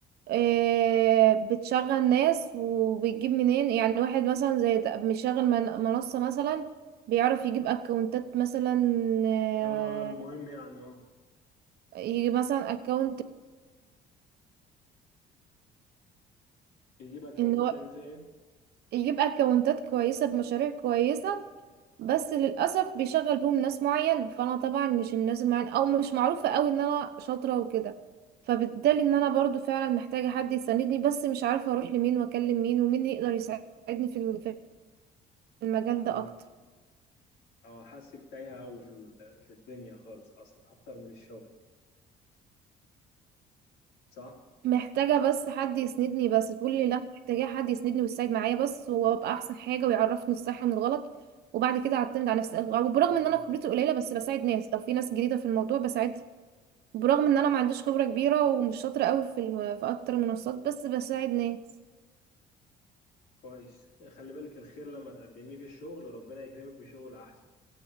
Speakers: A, on the right; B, on the left.
A: آه، بتشغل ناس وبتجيب منين يعني واحد مثلا زي ده مشغل من- منصة مثلا بيعرف يجيب اكونتات مثلا آه،
B: اه المهم يعني اه
A: يجيب مثلا اكونت
B: يجيب اكونتات
A: ان هو
B: يعمل فيها ايه
A: يجيب اكونتات كويسة بمشاريع كويسة بس للأسف بيشغل بيهم ناس معين فأنا طبعا مش الناس المعين أو مش معروفة أوي إن أنا شاطرة وكده فبالتالي إن أنا برضو فعلا محتاجة حد يساندني بس مش عارفة أروح لمين وأكلم مين ومين يقدر يساعدني في ال- في المجال
B: في
A: ده أكتر
B: اه حاسك تايهة أوي في ال- في الدنيا خالص أصلا أكتر من الشغل صح؟
A: محتاجة بس حد يسندني بس تقول لي لا محتاجة حد يسندني ويساعد معايا بس وابقى احسن حاجة ويعرفني الصح من الغلط وبعد كده اعتمد على نفسي وبرغم
B: أنت
A: ان انا خبرتي قليلة بس بساعد ناس لو في ناس جديدة في الموضوع بساعدها برغم ان انا ما عنديش خبرة كبيرة ومش شاطرة قوي في ال- في اكتر منصات بس بساعد ناس
B: كويس خلي بالك الخير لما تقدميه في الشغل ربنا يكرمك بشغل أحسن